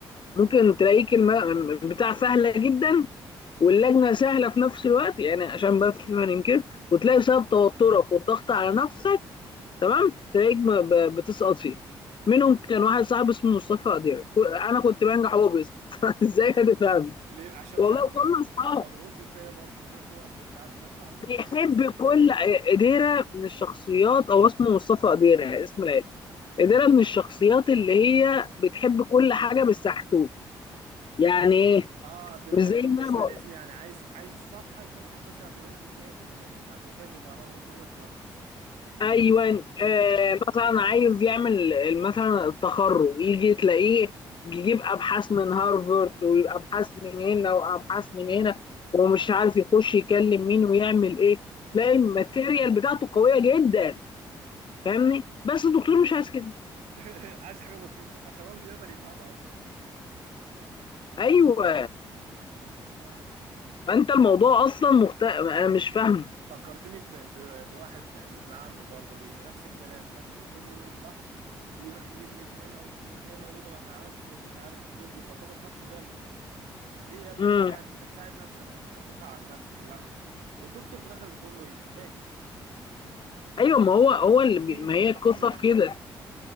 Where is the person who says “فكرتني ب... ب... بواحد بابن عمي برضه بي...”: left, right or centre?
Right